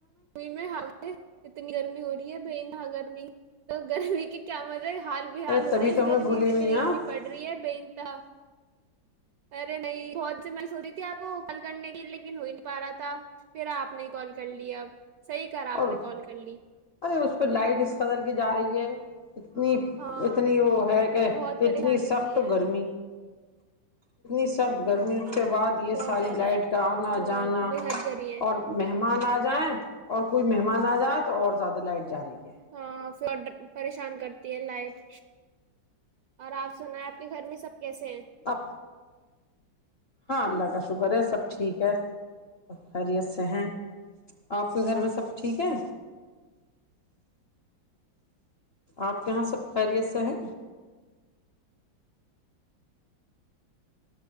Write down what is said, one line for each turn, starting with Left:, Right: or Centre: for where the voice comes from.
Right: ئی میں ہمیں اتنی گر ہو رہی ہے باں گرمی تو گرمی کی کیا مزے حال بحال ہو
Left: تبھی
Right: رہے ہیں اس
Left: تو ہمیں
Right: گرمی
Left: بھولی
Right: میں
Left: ہوئی
Right: اتنی
Left: ہیں آپ
Right: گرمی پڑ رہی ہے بےتہ ارے نہیں بہت سے میں سو رہی تھی آپ کو کال کرنے کی لیکن ہو ہی نہیں پا رہا تھا پھر آپ نے کال کر لیا ا صحیح کرا آپ
Left: اور
Right: نے کال کر لی
Left: ارے اس پہ لائٹ اس قدر کی جا رہی ہے اتنی
Right: ہاں
Left: اتنی وہ ہے کہ
Right: بہت پریشانی
Left: اتنی سخت
Right: ہو رہی ہے
Left: گرمی <unintelligible> سخت گرمی اس
Right: ہاں
Left: کے بعد یہ
Right: بہت
Left: ساری
Right: زیادہ
Left: لائٹ
Right: ہے
Left: کا آنا
Right: بہت
Left: جانا
Right: بے حد گرمی ہے
Left: اور مہمان آ جائیں اور کوئی مہمان آ جات اور زیادہ لائٹ جاری ہے <unintelligible>
Right: ہاں پریشان کرتی ہے لائٹ اور آپ سنایں آپ کے گھر میں سب کیسے ہیں
Left: اب ہاں اللہ کا شکر ہے سب ٹھیک ہے خیریت سے ہیں آپ کے گھر میں سب ٹھیک ہے آپ کے یہاں سب خیریت سے ہیں